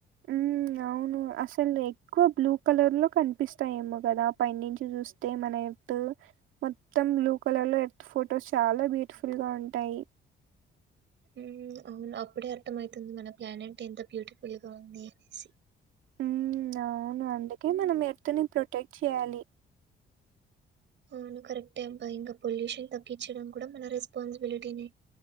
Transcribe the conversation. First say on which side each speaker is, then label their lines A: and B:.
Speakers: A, on the right (about 85°); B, on the right (about 65°).
A: ఉమ్ అవును అసలు ఎక్కువ బ్లూ కలర్లో కనిపిస్తాయేమో కదా పైనుంచి చూస్తే మన కు మొత్తం బ్లూ కలర్ లో ఎర్త్ ఫోటోస్ చాలా బ్యూటిఫుల్ గా ఉంటాయి
B: ఉమ్ అవును అప్పుడే అర్థం అవుతుంది మన ప్లానెట్ ఎంత బ్యూటిఫుల్ గా ఉంది అనేసి
A: ఉమ్ అవును అందుకే మనం ఎర్త్ని ప్రొటెక్ట్ చెయ్యాలి
B: అవును కరెక్టే అబ్బా ఇంకా పొల్యూషన్ తగ్గించడం కూడా మన రెస్పాన్సిబిలిటీని